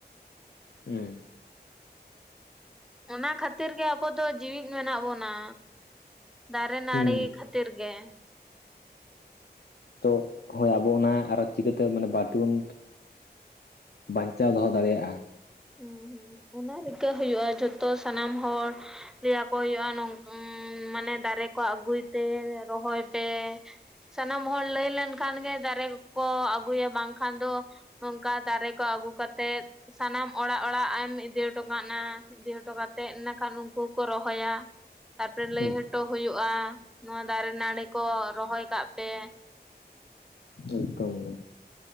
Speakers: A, on the left; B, in the centre.
A: ᱦᱩᱸ
B: ᱚᱱᱟ ᱠᱷᱟᱹᱛᱤᱨ ᱜᱮ ᱟᱵᱚ ᱫᱚ ᱡᱤᱶᱤᱫ ᱢᱮᱱᱟᱜ ᱵᱚᱱᱟ ᱫᱟᱨᱮ ᱱᱟᱹᱲᱤ
A: ᱦᱮᱸ
B: ᱠᱷᱟᱹᱛ ᱛᱤᱨ ᱜᱮ
A: ᱛᱚ ᱦᱳᱭ ᱟᱵᱚ ᱚᱱᱟ ᱟᱨᱚ ᱪᱤᱠᱟᱹᱛᱮ ᱢᱟᱱᱮ ᱵᱟᱹᱲᱛᱤ ᱵᱚᱱ ᱵᱟᱧᱪᱟᱣ ᱫᱚᱦᱚ ᱫᱟᱲᱮᱭᱟᱜᱼᱟ
B: ᱦᱩᱸ ᱦᱩᱸ ᱚᱱᱟ ᱨᱤᱠᱟᱹ ᱦᱩᱭᱩᱜᱼᱟ ᱡᱷᱚᱛᱚ ᱥᱟᱱᱟᱢ ᱦᱚᱲ ᱞᱟᱹᱭᱟᱠᱚ ᱦᱩᱭᱩᱜᱼᱟ ᱢᱟᱱᱮ ᱫᱟᱨᱮ ᱠᱚ ᱟᱹᱜᱩᱭ ᱯᱮ ᱨᱚᱦᱚᱭ ᱯᱮ ᱥᱟᱱᱟᱢ ᱦᱚᱲ ᱞᱟᱹᱭ ᱞᱮᱱᱠᱷᱟᱱ ᱜᱮ ᱫᱟᱨᱮ ᱠᱚᱠᱚ ᱟᱹᱜᱩᱭᱟ ᱵᱟᱝᱠᱷᱟᱱ ᱫᱚ ᱱᱚᱝᱠᱟ ᱫᱟᱨᱮ ᱠᱚ ᱟᱹᱜᱩ ᱠᱟᱛᱮᱜ ᱥᱟᱱᱟᱢ ᱚᱲᱟᱜ ᱚᱲᱟᱜ ᱮᱢ ᱤᱫᱤ ᱦᱚᱴᱚ ᱠᱟᱜᱼᱠᱟᱱᱟ ᱤᱫᱤ ᱦᱚᱴᱚ ᱠᱟᱛᱮᱫ ᱱᱟ ᱠᱷᱟᱱ ᱩᱱᱠᱩ ᱠᱚ ᱨᱚᱦᱚᱭᱟ ᱛᱟᱨᱯᱚᱨᱮ ᱞᱟᱹᱭ
A: ᱦᱮᱸ
B: ᱦᱚᱴᱚ ᱦᱩᱭᱩᱜᱼᱟ ᱱᱚᱣᱟ ᱫᱟᱨᱮ ᱱᱟᱹᱲᱤ ᱠᱚ ᱨᱚᱦᱚᱭ ᱠᱟᱜ ᱯᱮ
A: ᱮᱠᱫᱚᱢ ᱜᱮ